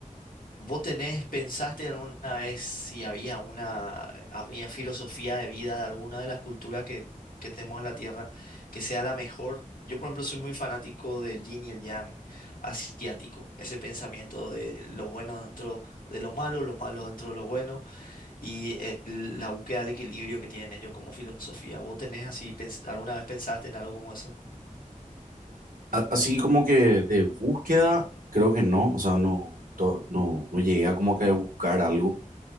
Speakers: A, on the left; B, on the right.
A: ¿Vos tenés, pensaste alguna vez si había una, había filosofía de vida de alguna de las culturas que, que tenemos en la Tierra que sea la mejor? Yo, por ejemplo, soy muy fanático del yin y el yang asiático, ese pensamiento de lo bueno dentro de lo malo, lo malo dentro de lo bueno y el- la búsqueda del equilibrio que tienen ellos como filosofía. ¿Vos tenés así, pens- alguna vez pensaste en algo como eso?
B: A- Así como que de búsqueda, creo que no, o sea, no, to- no, no llegué a como que buscar algo